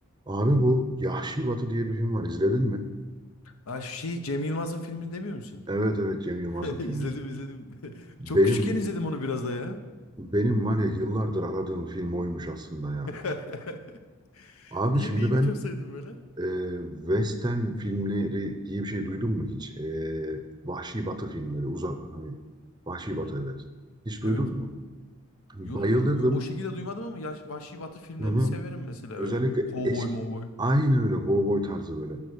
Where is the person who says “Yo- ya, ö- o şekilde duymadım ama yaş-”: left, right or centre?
Left